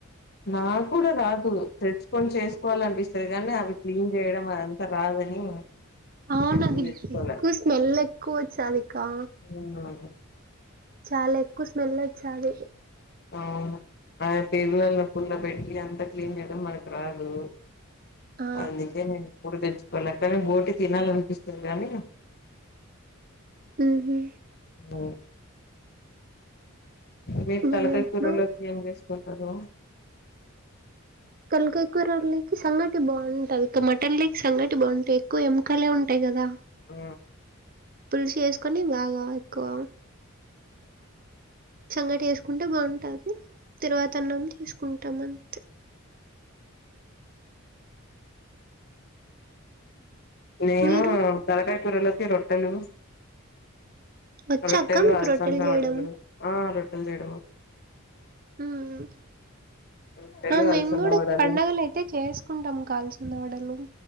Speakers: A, on the left; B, on the right.
A: నా కూడా రాదు తెచ్చుకొని చేసుకోవాలనిపిస్ కానే అవి క్లీన్ చేయడం అదంతా రాదని
B: అవునది
A: ఎప్పుడు తెచ్చుకోలే
B: ఎక్కువ స్మెల్ ఎక్కువ వచ్చాదిక్కా
A: అ
B: చాలా ఎక్కువ స్మెల్ వచ్చాది
A: ఆ ఆ పేగుల పుల్ల పెట్టి అంత క్లీన్ చేయడం మనకు రాదు
B: ఆ
A: అందుకే నేను కుడ తెచ్ కొనక్కనీ బోటీ తినాలనిపిస్తుంది కానీ
B: ఉహు
A: అ మీరు
B: నేను
A: తలకాయ
B: ఎప్పుడు
A: కూరలోకి ఏం జేసుకుంటరు
B: తలకాయ కూరలేకి సంగటి బాంటది ఇంక మటన్ లేకి సంగటి బాగుంటాయి ఎక్కువ ఎముకలే ఉంటాయి కదా
A: ఆ
B: పులుసు ఏసుకొని బాగా ఎక్కువ సంగటి ఏసుకుంటే బాగుంటది తిరువాతన్నం చేసుకుంటాం అంతే
A: నేను
B: మీరు
A: తరకాయ కూరలోకి రొట్టెలు
B: వచ్చాక్క
A: రొట్టెలు
B: మీకు
A: అలసంద
B: రొట్టెలు చేయడం
A: వడలు ఆ రొట్టెలు చేయడం
B: హ్మ్మ్
A: రొట్టెలు
B: ఆ మేము
A: అలసంద
B: గూడ
A: వడలు
B: పండుగలు అయితే చేస్ క్కుంటాము కల్సిందవడలు